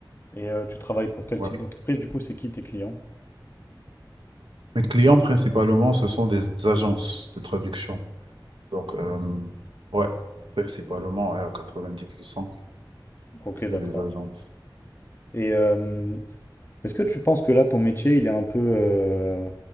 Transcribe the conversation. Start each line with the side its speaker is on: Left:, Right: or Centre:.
Left: Et euh, tu travailles pour quel
Right: Ouais.
Left: type d'entreprise? Du coup, c'est qui tes clients?
Right: Mes clients principalement, ce sont des agences de traduction. Donc, euh, ouais, principalement ouais, à 90%,
Left: Ok, d'accord.
Right: c'est des agences.
Left: Et euh, est-ce que tu penses que là, ton métier, il est un peu, euh,